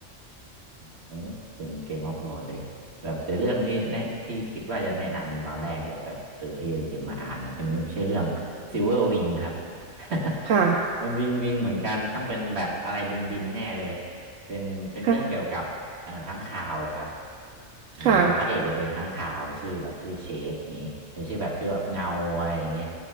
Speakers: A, on the right; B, on the right.
A: อืมอืมถึงเกมออฟโหลดเลยแบบในเรื่องที่แนะที่คิดว่าจะแนะนำตอนแรกเนี่ยแบบเออที่จะมาอ่านเนี่ยเป็นชื่อเรื่องซิลเวอร์วิงครับ <laughs>
B: ค่ะ
A: เป็นวิงวิงเหมือนกันต้องเป็นแบบอะไรบินบินแน่เลยเป็นเป็นเรื่องเกี่ยวกับเอ่อค้างคาวครับ
B: ค่ะ
A: อ่าแล้วพระเอกจะเป็นค้างคาวชื่อแบบชื่อเชดนี้เป็นชื่อแบบชื่อแบบเงาอะไรอย่างเงี้ย
B: ค่ะ